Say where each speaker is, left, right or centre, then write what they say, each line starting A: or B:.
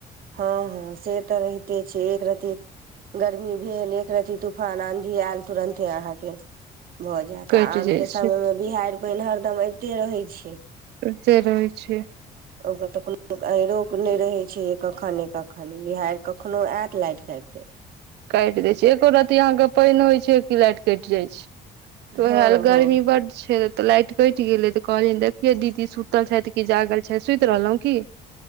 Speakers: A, on the right (about 60°); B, on the right (about 80°).
A: हँ हँ से तऽ रहिते छै एक रति गर्मी भेल एक रती तूफान आंधी आयल तुरंते अहाँके भऽ जायत
B: कटि
A: आ आम
B: जाइ
A: के
B: छै
A: समय मे बिहाड़ि पानि हरदम अबिते रहै छै।
B: से रहै छै। <unintelligible>
A: ओकर तऽ कोनो आहिरोक नहि रहैत छै जे कखने कखन बिहार कखनहु आयत लाइटि काटि देत। <unintelligible>
B: काटि दै छै एको र्ती अहाँके पानि होइ छै की लाटि कटि जाइ छै। <unintelligible> तऽ
A: हँ
B: हाल गर्मी
A: हँ
B: ब् छै त। <unintelligible> तऽ लाइट कटि गेलै तऽ कहलिय देखिये दीदी सुतल छथि कि जागल छथि सुति रहलहुं की। <unintelligible>